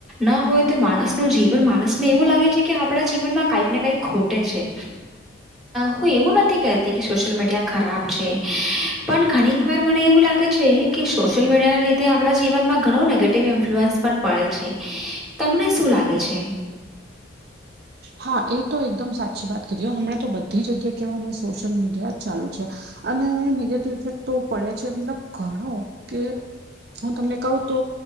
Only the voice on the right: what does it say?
હા એ તો એકદમ સાચી વાત કીધી. હમણાં તો બધી જગ્યાએ કેવા સોશિયલ મીડિયા જ ચાલુ છે. અને નેગેટિવ ઇફેક્ટ તો પડે છે. મતલબ ઘણો કે હું તમને કવ તો